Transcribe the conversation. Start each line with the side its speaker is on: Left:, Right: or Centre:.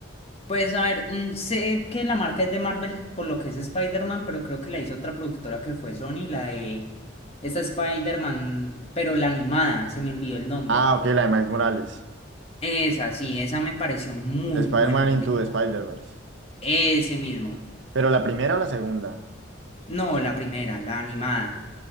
Left: Pues a ver, mm, sé que la marca es de Marvel por lo que es Spider-Man, pero creo que la hizo otra productora que fue Sony, la de esta Spider-Man, pero la animada, se me olvidó el nombre.
Right: Ah, ok, la de Miles Morales.
Left: Esa, sí, esa me pareció muy
Right: Spider-Man
Left: buena
Right: Into
Left: película.
Right: the Spider-Verse.
Left: Ese mismo.
Right: Pero la primera o la segunda.
Left: No, la primera, la animada.